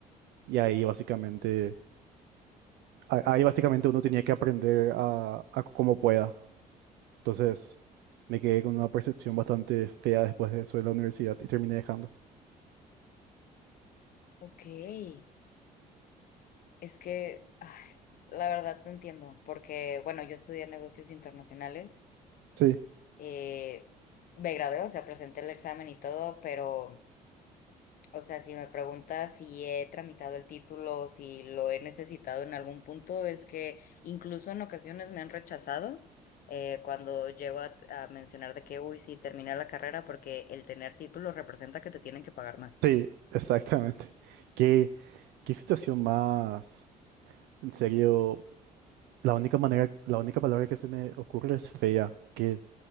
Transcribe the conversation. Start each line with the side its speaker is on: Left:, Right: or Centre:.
Right: y ahí básicamente, a- ahí básicamente uno tenía que aprender a, a como pueda. Entonces me quedé con una percepción bastante fea después de eso de la universidad y terminé dejando.
Left: ok. Es que, ay, la verdad te entiendo, porque, bueno, yo estudié negocios internacionales,
Right: Sí,
Left: eh, me gradué, o sea, presenté el examen y todo, pero O sea, si me preguntas si he tramitado el título, si lo he necesitado en algún punto, es que incluso en ocasiones me han rechazado eh, cuando llego a, a mencionar de que, uy, sí, terminé la carrera porque el tener título representa que te tienen que pagar más.
Right: sí, exactamente. <laughs> ¿Qué, qué situación más? En serio, la única manera, la única palabra que se me ocurre es fea. que